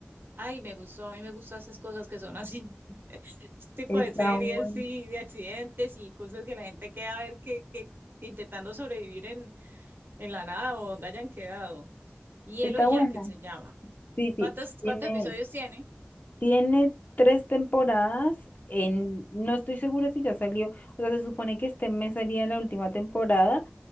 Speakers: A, on the right; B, on the left.
A: Ay, me gustó, a mí me gustan esas cosas que son así, <laughs> ese tipo
B: Está
A: de series
B: buena.
A: y de accidentes y cosas que la gente queda a ver que, que intentando sobrevivir en, en la nada o donde hayan quedado. Yellow
B: Está
A: Jacket
B: buena.
A: se llama.
B: Sí,
A: ¿Cuántos,
B: sí. Tiene,
A: cuántos episodios tiene?
B: tiene tres temporadas. En, no estoy segura si ya salió, o sea, se supone que este mes salía la última temporada,